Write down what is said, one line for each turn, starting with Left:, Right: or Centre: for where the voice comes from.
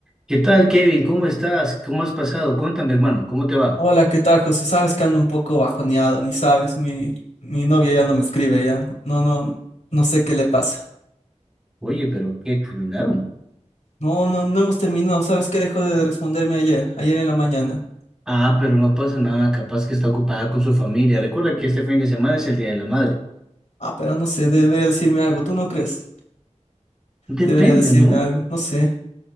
Centre: ¿Qué tal, Kevin? ¿Cómo estás? ¿Cómo has pasado? Cuéntame, hermano, ¿cómo te va?
Left: Hola, ¿qué tal, José? Sabes que ando un poco bajoneado, ni sabes, mi, mi novia ya no me escribe, ya no, no, no, no sé qué le pasa.
Centre: Oye, pero ¿qué terminaron?
Left: No, no, no hemos terminado, ¿sabes qué dejó de responderme ayer, ayer en la mañana?
Centre: Ah, pero no pasa nada, capaz que está ocupada con su familia. Recuerda que este fin de semana es el Día de la Madre.
Left: Ah, pero no sé, debería decirme algo, ¿tú no crees?
Centre: Depende,
Left: Debería decirme
Centre: ¿no?
Left: algo, no sé.